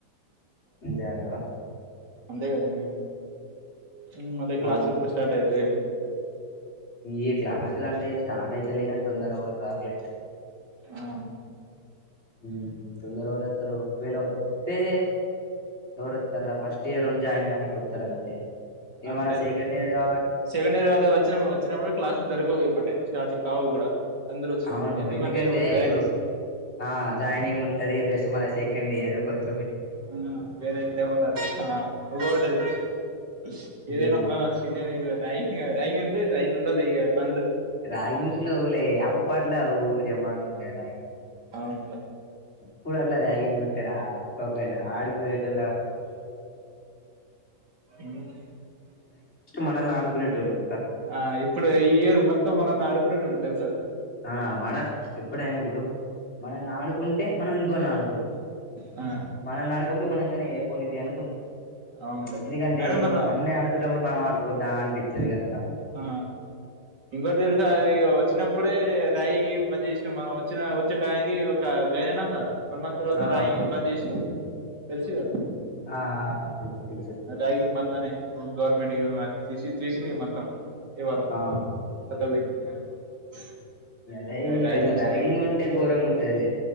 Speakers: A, on the left; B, on the right.
A: అంతే అంటవా
B: అంతే కదా మరి ఉం మళ్ళీ క్లాస్
A: ఆ
B: ఎప్పుడు స్టార్ట్ అయిద్దో ఏమో
A: ఈ క్లాసులు అంటే స్టార్ట్ అయితలే కాని తొందర ఎవరు రారూ రాలే
B: ఆ
A: ఉం తొందర ఎవరు వత్తరు ఒకవేళ తే ఎవరుత్తర ఫస్ట్ ఇయర్ వోల్ జాయిన్ గానికి వత్తరు అంతే ఇగ
B: అంతే
A: మన సెకండ్ ఇయర్ గా
B: సెకండ్ ఇయర్ వాళ్ళు వచ్చిన వచ్చినా కూడా క్లాసు జరగవు ఎమటే స్టార్టి కావు కూడా అందరు వచ్చినా
A: అవును
B: కూడా
A: ఎందుకంటే
B: ఇ జాయినింగ్స్
A: ఇప్పుడు ఆ జాయినింగ్ ఉంటది ప్లస్ మన సెకండ్ ఇయర్ కొంచ
B: ఆ వేరవల్ అదిది <unintelligible>
A: హ్మ్
B: ఇదే రమాాల <unintelligible> రై రైంగంట రైంట పందదు
A: రాగింగ్స్ లేవు లే అప్పట్లో ఓ జమాన్లు ఉండే రాగింగ్
B: అవును
A: పూడ అలార <unintelligible> ంటడా <unintelligible> ఒక్క ఆడకుటల
B: అ <inaudible>
A: మనల్ని ఆడుకునేటోళ్లు
B: ఆ ఇప్పుడు ఈ ఇయర్ మొత్తం మనని అడుకునేట్టుడు తెలుస
A: ఆ మన ఎప్పుడైనా ఇప్పుడు మనల్ని ఆడుకుంటే మనం ఇంకోని ఆడుకుంటాం
B: ఆ
A: మనల్ని ఆడుకోపోతే మనం కాని ఏయిపోనిది అనుకుంటాం
B: అవునులే
A: ఎందుకంటే
B: అయినా
A: ఏమో
B: మన
A: మనల్ని ఆడుకున్నప్పుడు మనం ఆడుకోద్దా అనిపిత్తది కదా
B: ఆ ఇంగోటి తెలుసా వచ్చినప్పుడే <unintelligible> రాయికి మంచిగా చేసినాం మనం వచ్చిన వచ్చేటానికి ఒక జాయిన్ అయినాం వన్ మంత్ తర్వాత
A: ఆ
B: రాగింగ్ బంద్ చేసినం తెల్సిగా
A: ఆ ఆ, తెలుసు తెలుసు
B: అదగిం బందా <unintelligible> గవర్నమెంట్దిసి చేసింది మొత్తం ఇ వారం
A: ఆ
B: పం <unintelligible>
A: అదే
B: ఇగ
A: ఈ
B: రాగింగ్స్
A: గట్ల ర్యాగింగ్
B: లేవు
A: ఉంటే ఘోరంగా ఉంటదిలే